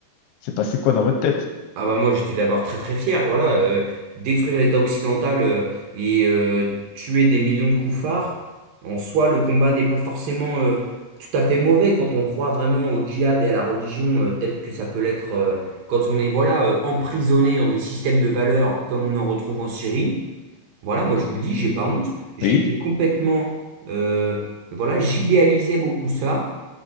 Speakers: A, on the left; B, on the right.
A: C'est passé quoi dans votre tête?
B: Ah bah moi j'étais d'abord très très fier, voilà, euh, détruire l'État occidental euh, et euh, tuer des millions de koufars, en soi le combat n'est pas forcément euh, tout à fait mauvais quand on croit vraiment au djihad et à la religion euh, telle que ça peut l'être euh, quand on est voilà euh, emprisonné dans des systèmes de valeurs comme on en retrouve en Syrie. Voilà, moi je vous le dis, j'ai pas honte, j'étais
A: Oui,
B: complètement euh, voilà, j'idéalisais beaucoup ça,